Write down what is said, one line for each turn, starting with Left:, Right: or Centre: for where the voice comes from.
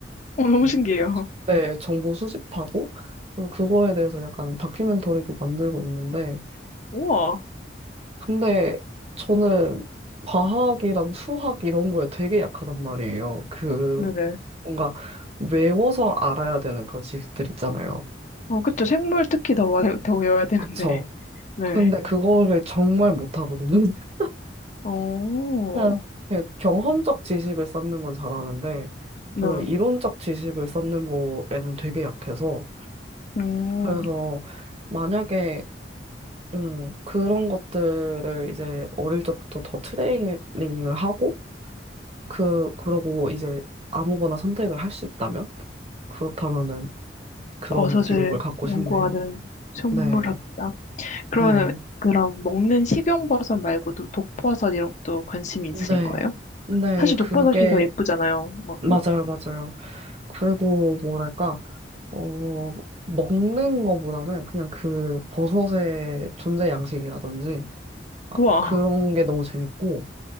Left: 오, 너무
Right: 음.
Left: 신기해요.
Right: 네, 정보 수집하고 또 그거에 대해서 약간 다큐멘터리도 만들고 있는데
Left: 우와.
Right: 근데 저는 과학이랑 수학 이런 거에 되게 약하단 말이에요. 그
Left: 네네.
Right: 뭔가 외워서 알아야 되는 그런 지식들 있잖아요.
Left: 어, 그쵸. 생물 특히 더, 와- 더 외워야 되는데.
Right: 그쵸.
Left: 네.
Right: 근데 그거를 정말 못하거든요. <laughs>
Left: 오,
Right: 그냥, 그냥 경험적 지식을 쌓는 건 잘하는데,
Left: 네.
Right: 그런 이론적 지식을 쌓는 거에는 되게 약해서,
Left: 음,
Right: 그래서 만약에, 음, 그런 것들을 이제 어릴 적부터 더 트레이닝을 하고, 그, 그러고 이제 아무거나 선택을 할 수 있다면? 그렇다면은 그런
Left: 버섯을
Right: 직업을 갖고
Left: 연구하는
Right: 싶네요.
Left: 생물학자.
Right: 네,
Left: 그러면
Right: 네.
Left: 그럼 먹는 식용버섯 말고도 독버섯 이런 것도 관심이 있으신
Right: 네.
Left: 거예요?
Right: 네,
Left: 사실
Right: 그게,
Left: 독버섯이 더 예쁘잖아요. 막,
Right: 맞아요,
Left: 우-
Right: 맞아요. 그리고 뭐랄까, 어, 먹는 거보다는 그냥 그 버섯의 존재 양식이라든지, 아,
Left: 우와.
Right: 그런 게 너무 재밌고,